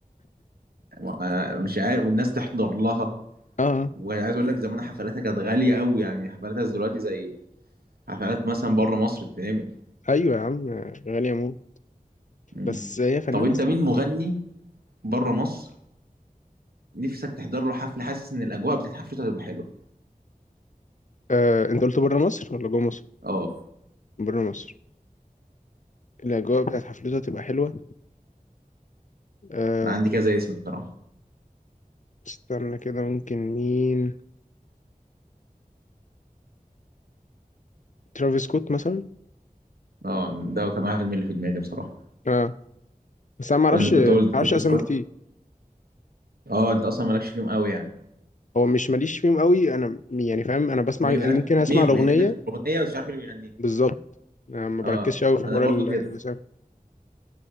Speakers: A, on the right; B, on the left.
A: ما- مش عارف والناس تحضر لها
B: أه
A: وعايز اقول لك زمان حفلاتها كانت غاليه قوي يعني حفلاتها دلوقتي زي حفلات مثلا بره مصر بتتعمل
B: أيوة يا عم آه، غالية موت
A: مم.
B: بس هي فنانة
A: طب انت
B: الصراحة
A: مين مغني بره مصر نفسك تحضر له حفله حاسس ان الاجواء بتاعت حفلته هتبقى حلوه
B: آه، أنت قلت بره مصر ولا جوه مصر؟
A: اه
B: بره مصر الأجواء بتاعت حفلته هتبقى حلوة آه،
A: انا عندي كذا اسم بصراحه
B: استنى كده ممكن مين ترافيس سكوت مثلا
A: اه ده كان واحد من اللي في دماغي بصراحه
B: أه بس أنا معرفش
A: كنت كنت اقول ترافيس
B: معرفش أسامي
A: سكوت
B: كتير
A: اه انت اصلا مالكش فيهم قوي يعني
B: هو مش ماليش فيهم قوي انا م- يعني فاهم انا بسمع
A: مالكش
B: أنا ممكن اسمع
A: فيهم
B: الاغنيه
A: يعني انت بتسمع الاغنيه بس مش عارف مين اللي بيغنيها
B: بالظبط أنا ما
A: اه
B: بركزش قوي في
A: انا
B: حوار
A: برضو
B: ال-
A: كده
B: الرسام